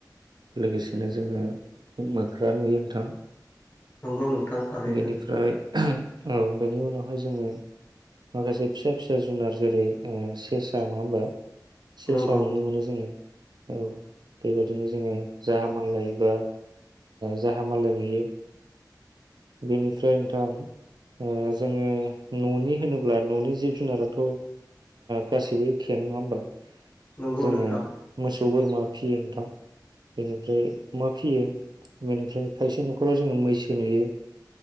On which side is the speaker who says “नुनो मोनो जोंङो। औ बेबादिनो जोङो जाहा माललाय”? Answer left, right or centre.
Right